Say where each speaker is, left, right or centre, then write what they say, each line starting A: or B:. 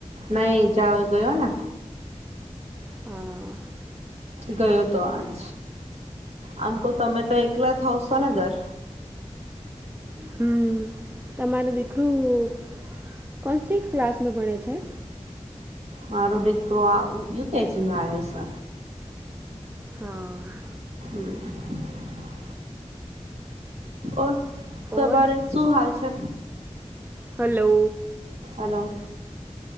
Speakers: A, on the right; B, on the right.
A: નહી ઈજાવ ગયો ને.
B: હા.
A: ગયો તો આજ. આમ કહું તમે તો એકલા જ હવશો ને ઘર.
B: હમ્મ તમારે દીકરું. કોનસી ક્લાાસમે ભણે છે.
A: મારો દીકરો આ યુકેજીમાં આયો છે.
B: હા.
A: હ <unintelligible> ઓર તમારે
B: ઓર
A: શું હાલ છે.
B: હલો.
A: હાલો.